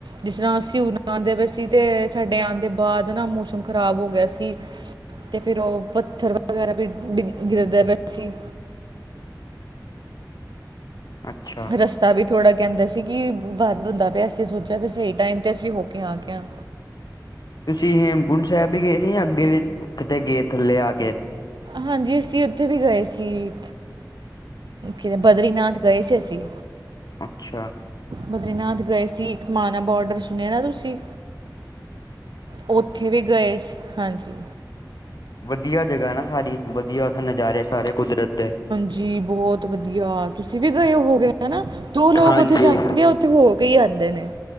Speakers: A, on the right; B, on the left.
A: ਜਿਸ ਤਰ੍ਹਾਂ ਹੁਣ ਆਉਂਦੇ ਪਏ ਸੀ ਤੇ ਸਾਡੇ ਆਉਣ ਦੇ ਬਾਅਦ ਨਾ ਮੌਸਮ ਖਰਾਬ ਹੋ ਗਿਆ ਸੀ। ਤੇ ਫਿਰ ਉਹ ਪੱਥਰ ਵਗੈਰਾ ਵੀ ਗਿਰਦਾ ਪਿਆ ਸੀ।
B: ਅੱਛਾ
A: ਰਸਤਾ ਵੀ ਥੋੜ੍ਹਾ ਕਹਿੰਦਾ ਸੀ। ਕਿ ਬੰਦ ਹੁੰਦਾ ਪਿਆ ਅਸੀਂ ਸੋਚਿਆ ਫਿਰ ਸਹੀ ਟਾਈਮ 'ਤੇ ਅਸੀਂ ਹੋ ਕੇ ਆ ਗਏ ਆ
B: ਤੁਸੀਂ ਹੇਮਕੁੰਟ ਸਾਹਿਬ ਵੀ ਗਏ ਸੀ ਅੱਗੇ ਵੀ ਕਿਤੇ ਗਏ ਥੱਲੇ ਆ ਕੇ
A: ਹਾਂਜੀ ਅਸੀਂ ਉੱਥੇ ਵੀ ਗਏ ਸੀ। ਤੇ ਬਦਰੀਨਾਥ ਗਏ ਸੀ ਅਸੀਂ।
B: ਅੱਛਾ।
A: ਬਦਰੀਨਾਥ ਗਏ ਸੀ ਇੱਕ ਮਾਨਾ ਬਾਰਡਰ ਸੁਣਿਆ ਨਾ ਤੁਸੀਂ ਉੱਥੇ ਵੀ ਗਏ ਸੀ ਹਾਂਜੀ।
B: ਵਧੀਆ ਜਗ੍ਹਾ ਨਾ ਸਾਰੀ ਵਧੀਆ ਉਥੇ ਨਜ਼ਾਰੇ ਸਾਰੇ ਕੁਦਰਤ ਦੇ
A: ਜੀ ਬਹੁਤ ਵਧੀਆ ਤੁਸੀਂ ਵੀ ਗਏ ਹੋ ਹੋ ਗਏ ਹਨਾ ਦੋ ਲੋਕ
B: ਹਾਂਜੀ
A: ਉੱਥੇ ਜਾਦੇ ਆ। ਤੇ ਹੋ ਕੇ ਹੀ ਆਉਂਦੇ ਨੇ।